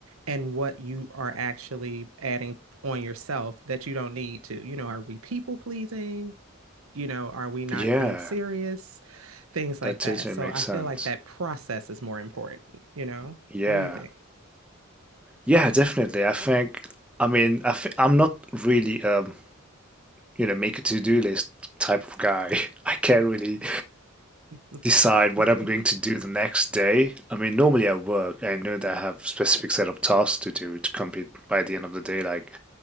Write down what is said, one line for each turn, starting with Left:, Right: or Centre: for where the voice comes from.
Right: and what you are actually adding on yourself that you don't need to. You know, are we people pleasing? You know, are we not
Centre: Yeah.
Right: being serious? Things
Centre: That
Right: like
Centre: totally
Right: that. So
Centre: makes
Right: I
Centre: sense.
Right: feel like that process is more important, you know?
Centre: Yeah.
Right: What do you think?
Centre: Yeah, definitely. I think I mean, I th I'm not really um you know, make a to-do list type of guy. <laughs> I can't really
Right: <laughs>
Centre: decide what I'm going to do the next day. I mean, normally at work, I know that I have a specific set of tasks to do to complete by the end of the day, like